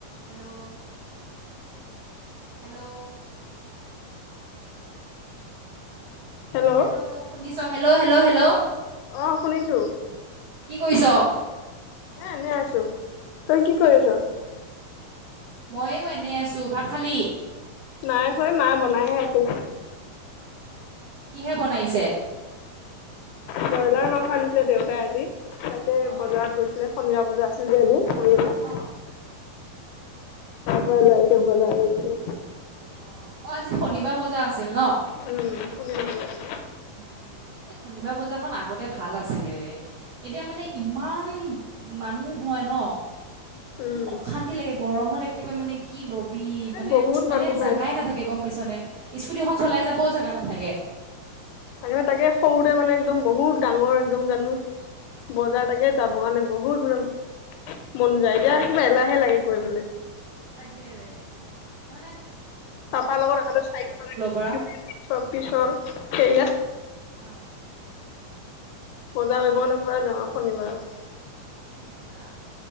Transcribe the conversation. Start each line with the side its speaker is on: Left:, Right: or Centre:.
Right: Hello hello
Left: hello
Right: hello শুনিছ hello hello hello
Left: অ শুনিছো
Right: কি কৰিছ
Left: এ এনেই আছো তই কি কৰি আছ
Right: ময়ো এনে আছো ভাত খালি?
Left: নাই <unintelligible> মা বনাইহে আছে
Right: কিহে বনাইছে
Left: ব্ৰইলাৰ মাংস আনিছিলে দেউতাই আজি তাকে
Right: অঁ
Left: বজাৰত গৈছিলে সন্ধিয়া বজাৰ আছিল যে আজি
Right: অঁ
Left: <unintelligible> বজাইছে বজাবছো
Right: অ অ আজি শনিবাৰ বজাৰ আছিল ন
Left: উম শনিবাৰ বজাৰ আছিল
Right: উ উম এই শনিবাৰ বজাৰখন আগতে ভাল আছিলে এতিয়া মানে ইমান মানুহ হয় ন
Left: উম
Right: অশান্তি লাগে গৰমত এক- কে মানে কি লব- বি
Left: এ
Right: মানে
Left: বহুত
Right: মানে
Left: মানুহ
Right: জাগাই
Left: হয়
Right: নাথাকে গম পাইছ নে স্কুটিখন চলাই যাবও জাগা নাথাকে
Left: আগে তাকে সৰুতে মানে একদম বহুত ডাঙৰ এক্দম জানো বজাৰ তাকে যাব কাৰণে বহুত মানে মন যায়
Right: ভাল
Left: এতিয়া
Right: লাগে
Left: কিবা এলাহে
Right: অ
Left: লাগে গৈ পেলাই
Right: তাকেৰে মানে
Left: পপাৰ লগৰ চাইেলিছ
Right: পৰা অ
Left: পিছত <unintelligible> সেইয়াত
Right: অ
Left: বজা‌কৰিব
Right: তাৰপিছত
Left: কাৰণে পুৰা যাও শনিবাৰ <unintelligible>
Right: মজা